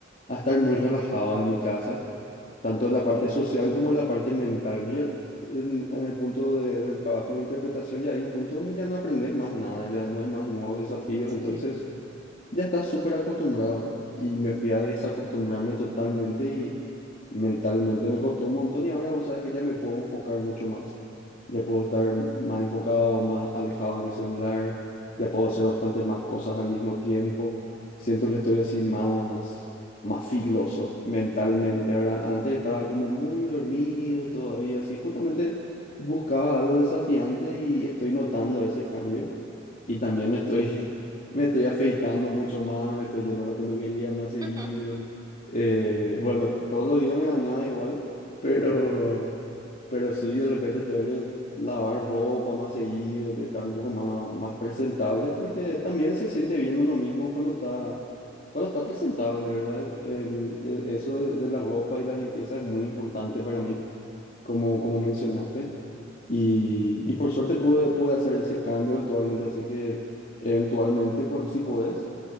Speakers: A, on the left; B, on the right.
A: a estar muy relajado en mi casa, tanto en la parte
B: Sí,
A: social como en la parte mental. Yo, en, en el punto de- del trabajo de interpretación ya hay un punto donde ya no aprendes más nada, ya no hay más nuevos desafíos,
B: sí,
A: entonces ya estaba súper acostumbrado y me fui a desacostumbrarme totalmente y mentalmente me costó un montón y ahora vos sabes que ya me puedo enfocar mucho más, ya puedo estar más enfocado, más alejado de mi celular, ya puedo hacer bastantes más cosas al mismo tiempo, siento que estoy así más, más filoso mentalmente, ahora antes estaba como muy dormido todavía, así justamente buscaba algo desafiante y estoy notando ese cambio y también me estoy... <laughs> Me estoy afeitando mucho más, me estoy yendo a la peluquería más seguido.
B: <laughs>
A: Eh, bueno, todos los días me bañaba igual, pero, pero sí, de repente tengo que lavar ropa más seguido, de estar un poco más, más presentable, porque también se siente bien uno mismo cuando está, cuando está presentable, ¿verdad? El, el- eso de, de la ropa y la limpieza es muy importante para mí como, como mencionaste. Y, y por suerte pude, pude hacer ese cambio actualmente, así que eventualmente, cu- si podés,